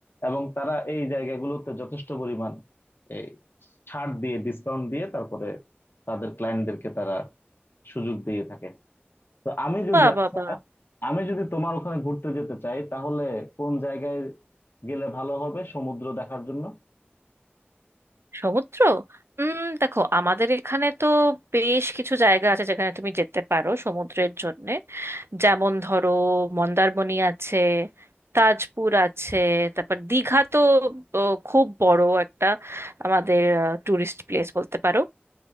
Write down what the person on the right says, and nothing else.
বা বা বা
সমুদ্র উম দেখো আমাদের এখানে তো বেশ কিছু জায়গা আছে যেখানে তুমি যেতে পারো সমুদ্রের জন্যে যেমন ধরো মন্দারমণি আছে তাজপুর আছে তারপর দীঘা তো ও, খুব বড় একটা আমাদের টুরিস্ট প্লেস বলতে পারো